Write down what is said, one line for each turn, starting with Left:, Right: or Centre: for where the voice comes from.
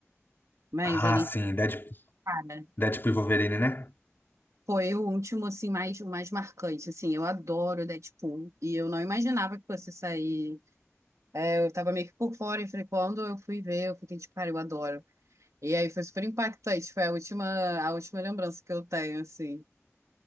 Right: mas
Left: Ah,
Right: ele.
Left: sim, Deadpool,
Right: para.
Left: Deadpool e Wolverine, né?
Right: Foi o último, assim, mais, o mais marcante, assim, eu adoro Deadpool, e eu não imaginava que fosse sair, eu tava meio que por fora, e falei, quando eu fui ver, eu fiquei tipo, cara, eu adoro, e aí foi super impactante, foi a última, a última lembrança que eu tenho, assim,